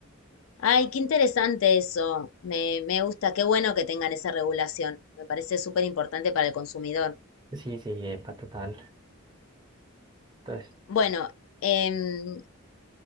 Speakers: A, on the left; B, on the right.
A: Ay, qué interesante eso. Me, me gusta, qué bueno que tengan esa regulación. Me parece súper importante para el consumidor.
B: Sí, sí, epa, total. Entonces.
A: Bueno, em,